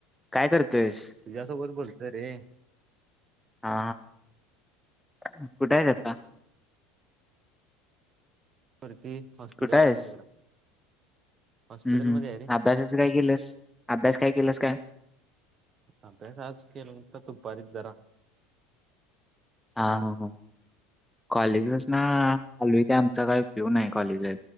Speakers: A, in the centre; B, on the right.
A: काय करतोयस
B: तुझ्यासोबत बोलतोय रे
A: हा ह
B: हा
A: कुठे
B: हा
A: आता
B: पररती हॉस्पिटल
A: कुठे आहेस
B: मध्ये गं जरा हॉस्पिटलमध्ये
A: हम्म -हम्
B: आहे रे
A: अभ्यासाच काय केलंस अभ्यास काय केलंस काय
B: अभ्यास आज केलता दुपार जरा
A: हा -हा -हा कॉलेजसन आलोय इथ आमचा काही उपयोग नाही कॉलेजला